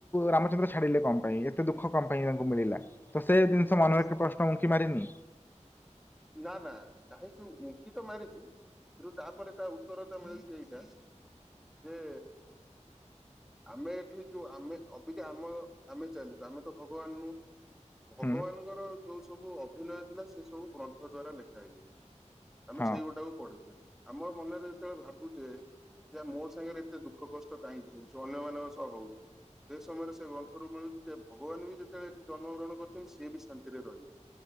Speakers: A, on the left (about 15°); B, in the centre.
A: ରାମଚନ୍ଦ୍ର ଛାଡିଲେ କଣ ପାଇଁ ଏତେ ଦୁଃଖ କଣ ପାଇଁ ତାଙ୍କୁ ମିଳିଲା। ତ ସେ ଜିନିଷ
B: ବାସ୍
A: ମନରେ ଏକ ପ୍ରଶ୍ନ ଉଙ୍କି ମାରିନି।
B: ନା ନା କାହିଁକି ଉଙ୍କି ତ ମାରିଛି। କିନ୍ତୁ ତାପରେ ତା ଉତ୍ତର ତା ମିଳୁଛି ଏଇଟା ଯେ। ଆମେ ଏଠି ଯୋଉ ଆମେ ଅବିକା ଆମ ଆମେ ଚାଲିଛୁ ଆମେ ତ ଭଗବାନ ନୁ ଭଗବାନଙ୍କର
A: ହୁଁ
B: ଯୋଉ ସବୁ ଅଭିନୟ ଥିଲା ସେ ସବୁ ଗ୍ରନ୍ଥ ଦ୍ଵାରା ଲେଖା ହେଇଯାଇଛି। ଆମେ
A: ହଁ
B: ସେଇ ଗୋଟାକୁ ପଢୁଛେ ଆମ ମନରେ ଯେତେବେଳେ ଭାବୁଛେ। ଯେ ମୋ ସାଙ୍ଗରେ ଏତେ ଦୁଃଖ କଷ୍ଟ କାହିଁକି ହଉଛି ଅନ୍ୟମାନଙ୍କ ସହ ହଉନି। ସେ ସମୟରେ ସେ ଗ୍ରନ୍ଥରୁ ମିଳୁଛି ଯେ ଭଗବାନ ବି ଯେତେବେଳେ ଏଠି ଜନ୍ମଗ୍ରହଣ କରିଛନ୍ତି ସିଏ ବି ଶାନ୍ତିରେ ରହିନାହାନ୍ତି।